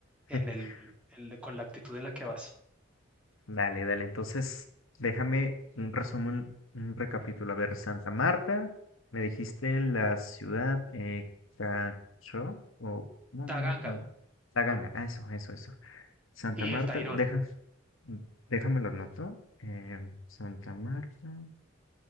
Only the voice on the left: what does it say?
<laughs>
Dale, dale. Entonces, déjame un resumen, un recapítulo. A ver, Santa Marta, me dijiste la ciudad, eh, Cacho, o ¿cómo
me di- ma- Taganga. Ah, eso, eso, eso. Santa
Marta,
deja, mm, déjame lo anoto. Eh, Santa Marta,